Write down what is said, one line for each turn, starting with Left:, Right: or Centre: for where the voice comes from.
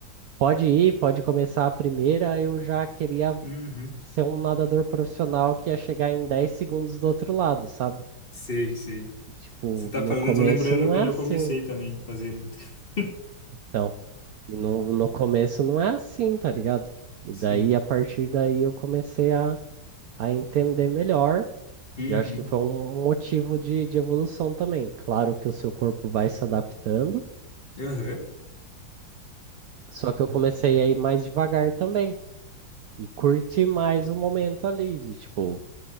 Right: pode ir, pode começar a primeira, eu já queria
Left: Uhum.
Right: ser um nadador profissional que ia chegar em 10 segundos do outro lado, sabe?
Left: Sei, sei.
Right: E, tipo,
Left: Você tá
Right: no
Left: falando,
Right: começo
Left: eu tô lembrando
Right: não
Left: quando
Right: é assim.
Left: eu comecei também a fazer luta. <laughs>
Right: Então, E no, no começo não é assim, tá ligado? E
Left: Sim.
Right: daí, a partir daí, eu comecei a, a entender melhor.
Left: Uhum.
Right: E eu acho que foi um motivo de, de evolução também. Claro que o seu corpo vai se adaptando,
Left: Aham.
Right: só que eu comecei a ir mais devagar também. E curtir mais o momento ali, de tipo,